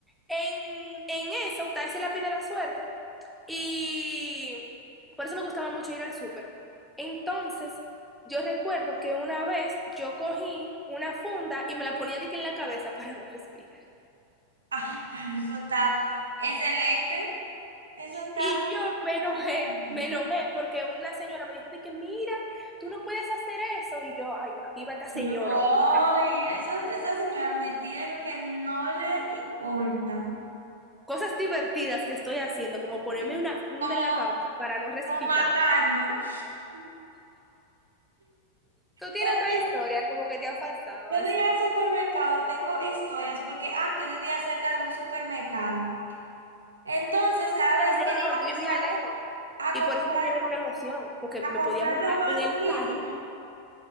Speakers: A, in the centre; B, on the right.
A: en, en eso está ese lápiz de la suerte y por eso me gustaba mucho ir al súper. Entonces, yo recuerdo que una vez yo cogí una funda y me la ponía de que en la cabeza <laughs> para no respirar.
B: Ah, pero eso está excelente. Eso está
A: Y yo me enojé,
B: perfecto.
A: me enojé porque una señora me dijo de que mira, tú no puedes hacer eso. Y yo, ay, aquí va esta señora
B: Yo,
A: a opinar.
B: ay, eso, esa señora metida en lo que no le importa.
A: Cosas divertidas que estoy haciendo, como ponerme
B: <laughs>
A: una funda
B: Como,
A: en la cabeza para no respirar.
B: como matarme. <laughs>
A: Tú tienes
B: ¿Sabes
A: otra
B: qué?
A: historia, como que te ha pasado
B: Yo
A: así.
B: de ir al supermercado tengo historias porque antes yo vivía cerca de un supermercado. Entonces, cada
A: No,
B: vez
A: Yo
B: que
A: no,
B: íbamos
A: yo vivía
B: a,
A: lejos.
B: com- a
A: Y
B: comprar,
A: por eso también era una emoción, porque
B: a
A: me
B: comprar
A: podía montar
B: lo más
A: en el
B: mínimo,
A: carro.